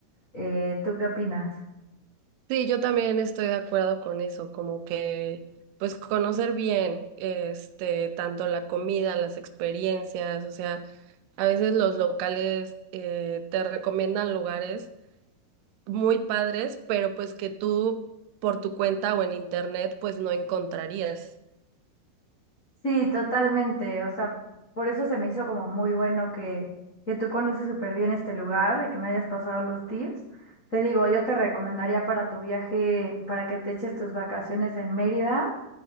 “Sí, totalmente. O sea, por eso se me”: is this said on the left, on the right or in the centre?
Left